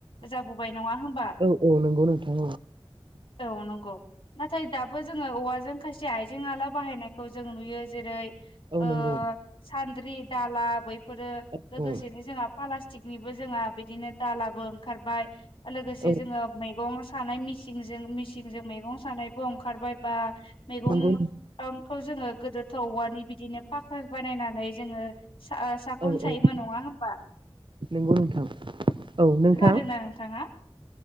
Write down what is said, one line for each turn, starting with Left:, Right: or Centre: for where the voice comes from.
Left: जाबोबाय नङा होमबा?
Right: औ औ नंगौ नोंथां
Left: औ नंगौ नाथाय दाबो जोङो औवाजों खायसे आइजें आला बाहायनायखौ जों नुयो जेरै
Right: औ
Left: ओ
Right: नंगौ
Left: सान्द्रि दाला बैफोरो
Right: औ
Left: लोगोसेनो
Right: औ
Left: जोंहा प्लासटिकनिबो जोंहा बिदिनो दालाबो ओंखारबाय लोगोसे
Right: औ
Left: जोङो मैगं सानाय मिसिंजों मिसिंजों मैगं सानायबो ओंखारबाय बा मैगंखौ
Right: नंगौ
Left: जोङो गोदोथ' औवानि बिदिनो फाखोर बानायनानै जोङो साखन
Right: औ
Left: सायोमोन
Right: औ
Left: नङा होमबा?
Right: नंगौ नोंथां औ नोंथां।
Left: खोनादोंना नोंथाङा